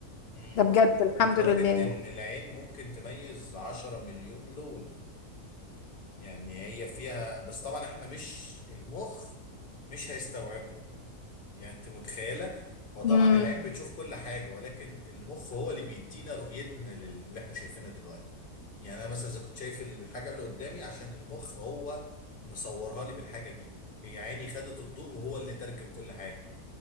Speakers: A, on the left (about 35°); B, on the left (about 55°).
A: امم
B: ده بجد الحمد
A: لدرجه
B: لله يعني
A: ان العين ممكن تميز 10 مليون لون يعني هي فيها بس طبعا احنا مش المخ مش هيستوعبه يعني انت متخيله هو طبعا
B: امم
A: العين بتشوف كل حاجه ولكن المخ هو اللي بيدينا رؤيتنا لل- اللي احنا شايفينها دلوقتي يعني انا مثلا اذا كنت شايف الحاجه اللي قدامي عشان المخ هو مصورها لي بالحاجه دي هي عيني خدت الضوء وهو اللي ترجم كل حاجه